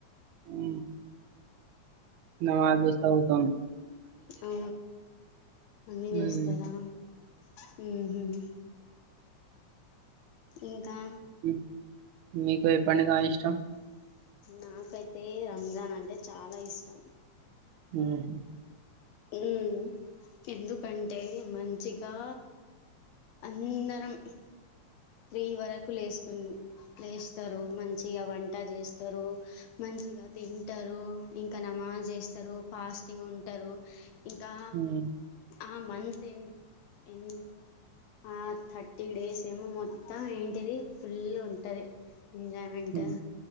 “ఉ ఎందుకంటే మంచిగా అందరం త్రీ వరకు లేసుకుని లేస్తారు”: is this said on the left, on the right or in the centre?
Left